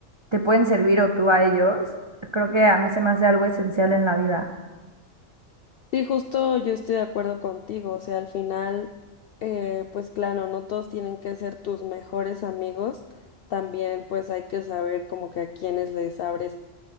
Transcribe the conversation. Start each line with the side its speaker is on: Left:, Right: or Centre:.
Right: te pueden servir o tú a ellos. Creo que a mí se me hace algo esencial en la vida.
Left: Sí, justo yo estoy de acuerdo contigo, o sea, al final, eh, pues claro, no todos tienen que ser tus mejores amigos también pues hay que saber como que a quiénes les abres